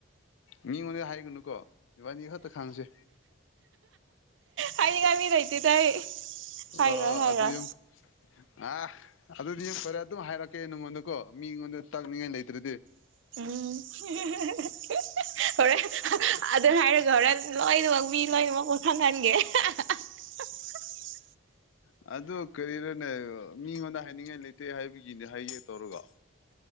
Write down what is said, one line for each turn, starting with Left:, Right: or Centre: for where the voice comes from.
Left: ꯃꯤ ꯃ ꯍꯥꯏ ꯀꯩꯒꯅꯨ ꯀꯣ ꯏꯕꯥꯅꯤ ꯈꯛꯇ ꯈꯥꯡꯁꯦ
Right: ꯍꯥꯏꯅꯤꯡꯉꯥꯏ ꯃꯤ ꯂꯩꯇꯦꯗ ꯑꯩ ꯍꯥꯏꯔꯣꯏ
Left: ꯑꯣ ꯑꯣ
Right: ꯍꯥꯏꯔꯣꯏ
Left: ꯑꯗꯨ ꯌꯨꯝ ꯑ ꯑꯗꯨꯗꯤ ꯌꯥꯝ ꯐꯔꯦ ꯑꯗꯨꯝ ꯍꯥꯏꯔꯛꯀꯦ ꯅꯉꯣꯟꯗꯀꯣ ꯃꯤꯉꯣꯟꯗ ꯇꯛꯅꯤꯡꯉꯥꯏ ꯂꯩꯇ꯭ꯔꯗꯤ
Right: ꯎꯝ ꯍꯣꯔꯦꯟ ꯑꯗꯨꯅ ꯍꯥꯏꯔꯒꯦ ꯍꯣꯔꯦꯟ ꯂꯣꯏꯅꯃꯛ ꯇ ꯂꯣꯏꯃ ꯀꯊꯥ ꯈꯥꯟꯒꯦ
Left: ꯑꯗꯨ ꯀꯔꯤ ꯃꯤꯉꯣꯟꯗ ꯍꯥꯏꯅꯤꯡꯉꯥꯏ ꯂꯩꯇꯦ ꯍꯥꯏꯕꯒꯤꯅꯦ ꯍꯥꯏꯒꯦ ꯇꯧꯔꯒ